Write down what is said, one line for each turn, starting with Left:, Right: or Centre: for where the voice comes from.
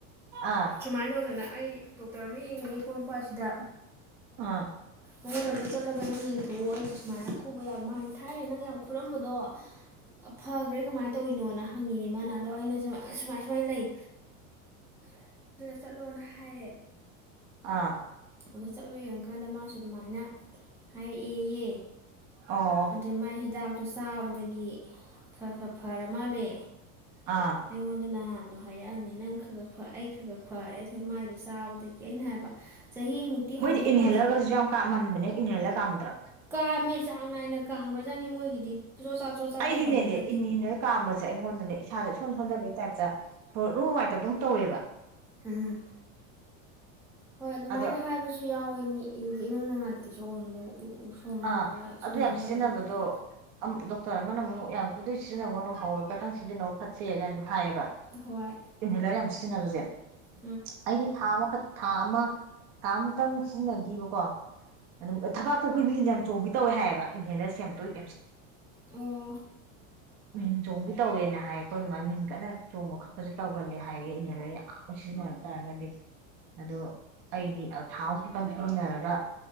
Right: ꯑꯥ
Centre: ꯁꯨꯃꯥꯏꯅ ꯇꯧꯗꯅ ꯑꯩ ꯗꯣꯛꯇꯔ ꯑꯃ ꯌꯦꯡꯅꯤꯡꯉꯤ ꯄꯣꯔꯣꯝꯄꯥꯁꯤꯗ
Right: ꯑꯥ
Centre: ꯃꯉꯣꯟ ꯑꯗ ꯆꯠꯂꯒ ꯅꯪ ꯌꯦꯡꯊꯣꯛꯑꯣ ꯑꯩꯁꯨ ꯁꯨꯃꯥꯏꯅ ꯈꯨꯕ ꯌꯥꯕ ꯃꯥꯅ ꯊꯥꯏꯅꯦ ꯅꯪ ꯌꯥꯝ ꯈꯨꯔꯝꯕꯗꯣ ꯐꯈ꯭ꯔꯦ ꯀꯃꯥꯏꯅ ꯇꯧꯔꯤꯅꯣꯅ ꯍꯪꯉꯤꯅꯦ ꯃꯥꯅ ꯑꯗꯣ ꯑꯩꯅ ꯁ ꯁꯨꯃꯥꯏ ꯁꯨꯃꯥꯏꯅ ꯂꯩ ꯆꯠꯂꯣꯅ ꯍꯥꯏꯔꯦ
Right: ꯑꯥ
Centre: ꯑꯣ ꯆꯠꯂꯣ ꯌꯦꯡꯉꯀꯥꯟꯗ ꯃꯥꯁꯨ ꯑꯗꯨꯃꯥꯏꯅ ꯍꯥꯏꯔꯛꯑꯦꯌꯦ
Right: ꯑꯣ
Centre: ꯑꯗꯨꯗꯩ ꯃꯥꯏ ꯍꯤꯗꯥꯛꯇꯣ ꯆꯥꯕꯗꯒꯤ ꯈꯔ ꯈꯔ ꯐꯔ ꯃꯥꯜꯂꯦ
Right: ꯑꯥ
Centre: ꯑꯩꯉꯣꯟꯗ ꯅꯍꯥꯟ ꯍꯥꯏꯔꯛꯑꯝꯃꯦ ꯅꯪ ꯈ ꯑꯩ ꯈꯔ ꯈꯔ ꯐꯔꯦ ꯑꯩꯈꯣꯏ ꯃꯥꯏꯗꯣ ꯆꯥꯕꯗꯒꯤ ꯑꯩꯅ ꯍꯥꯏꯕ ꯆꯍꯤꯃꯨꯛꯇꯤ ꯍꯧꯗꯣꯛ
Right: ꯃꯣꯏꯗꯤ ꯏꯟꯍꯦꯂꯔꯒꯁꯨ
Centre: ꯍꯧꯖꯤꯟ
Right: ꯌꯥꯝ ꯀꯥꯝꯍꯟꯕꯅꯦ ꯏꯟꯍꯦꯂꯔ ꯀꯥꯝꯗ꯭ꯔꯥ
Centre: ꯀꯥꯝꯃꯦ ꯆꯥꯡ ꯅꯥꯏꯅ ꯀꯥꯝꯈ꯭ꯔꯖꯥꯠꯅꯤ ꯃꯣꯏꯒꯤꯗꯤ ꯆꯣꯆꯥ ꯆꯣꯆꯥ
Right: ꯑꯩꯗꯤꯅꯦꯗꯤ
Centre: ꯇꯧꯍꯟꯕ ꯅꯠꯇꯦ
Right: ꯏꯟ ꯍꯟꯅꯒ ꯀꯥꯝꯕꯁꯦ ꯑꯩꯉꯣꯟꯗꯅꯦ ꯏꯁꯥꯗ ꯏꯁꯣꯟ ꯁꯣꯟꯗꯕꯒꯤ ꯇꯥꯏꯞꯇ ꯁ ꯨ ꯉꯥꯏꯇꯕꯗꯝ ꯇꯧꯋꯦꯕ
Centre: ꯎꯝ ꯍꯣꯏ ꯑꯗꯨꯃꯥꯏꯅ
Right: ꯑꯗꯣ
Centre: ꯍꯥꯏꯕꯁꯨ ꯌꯥꯎꯋꯤ ꯃꯤ ꯑꯗꯩ ꯏꯅꯨꯡ ꯅꯨꯡꯉꯥꯏꯇꯁꯨ ꯍꯣꯟꯕ ꯁꯣꯔ
Right: ꯑꯥ
Centre: ꯍꯣꯟꯕꯗ ꯏꯁꯣꯟ
Right: ꯑꯗꯨ ꯌꯥꯝ
Centre: ꯁꯣꯟꯊꯕ
Right: ꯁꯤꯖꯤꯟꯅꯕꯗꯣ
Centre: ꯃꯥꯜꯂꯦꯅ
Right: ꯗꯣꯛꯇꯔ ꯑꯃꯅ ꯑꯃꯨꯛ ꯌꯥꯝ ꯀꯨꯊꯩ ꯁꯤꯖꯤꯟꯅꯒꯅꯨ ꯍꯧꯔꯒꯛꯇꯪ ꯁꯤꯖꯤꯟꯅꯧ ꯐꯠꯦ ꯀꯥꯏꯗꯣ ꯍꯥꯏꯌꯦꯕ
Centre: ꯍꯣꯏ
Right: ꯏ ꯍꯂ ꯌꯥꯝ ꯁꯤꯖꯤꯟꯅꯅꯕꯁꯦ
Centre: ꯎꯝ ꯎꯝ ꯑꯣ ꯎꯝ ꯎꯝ ꯎꯝ ꯎꯝ ꯎꯝ ꯎꯝ ꯎꯝ ꯎꯝ ꯎꯝ ꯎꯝ ꯎꯝ ꯎꯝ ꯎꯝ ꯎꯝ ꯎꯝ ꯎꯝ
Right: ꯑꯩꯒꯤ ꯊꯥ ꯑꯃꯈꯛ ꯊꯥ ꯑꯃ ꯊꯥ ꯑꯃꯨꯛ ꯇꯡ ꯁꯤꯖꯤꯟꯅꯒꯤꯕ ꯀꯣ ꯑꯗꯨꯝ ꯊꯕꯥꯛꯇꯨ ꯑꯩꯈꯣꯏ ꯃꯤꯁꯤꯅ ꯌꯥꯝ ꯆꯣꯡꯕꯤ ꯇꯧꯋꯦ ꯍꯥꯏꯌꯦꯕ ꯑꯩ ꯒꯦꯅꯨꯁ ꯁꯦꯝ ꯇꯨꯏ
Centre: ꯑꯣ
Right: ꯃꯤꯍꯨꯟ ꯆꯣꯡꯕꯤ ꯇꯧꯋꯦꯅ ꯍꯌꯦ ꯄꯔꯣ ꯑꯗꯨ ꯃꯥ ꯃꯤꯟꯀꯅ ꯆꯣꯡꯕꯥ ꯈꯞꯄꯁꯦ ꯇꯧꯒꯜꯂꯦ ꯍꯥꯏꯌꯦ ꯏꯩꯅ ꯔꯑꯩ ꯑꯥꯕꯧ ꯁꯤꯖꯤꯟꯅꯔꯛ ꯇꯥꯔꯒꯗꯤ ꯑꯗꯣ ꯑꯩꯗꯤ ꯑ ꯐꯧꯒꯤ ꯏꯟꯅꯔꯒ